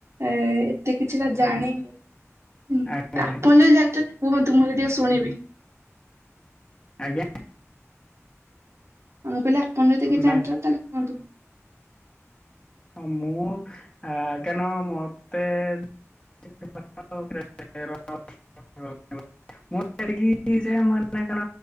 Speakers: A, on the right; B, on the left.
A: ଏ ଏତେ କିଛିଟା ଜାଣିନୁ ହୁଁ
B: ଆଜ୍ଞା
A: ଆପଣ
B: ଆଜ୍ଞା
A: ଯଦି ଜାଣିଛନ୍ତି କୁହନ୍ତୁ ମୁଁ ଏ ଟିକେ ଶୁଣିବି।
B: ଆଜ୍ଞା।
A: ଆ ମୁ କହିଲ ଆପଣ ଯଦି କି
B: ନାଇଁ
A: ଜଣିଛନ୍ତି ତାହେଲେ କୁହନ୍ତୁ।
B: ହଁ ମୁଁ ଆ କାଣ ମତେ <unintelligible> ମୁଁ ଏଠିକି ଯେ ମାନେ କଣ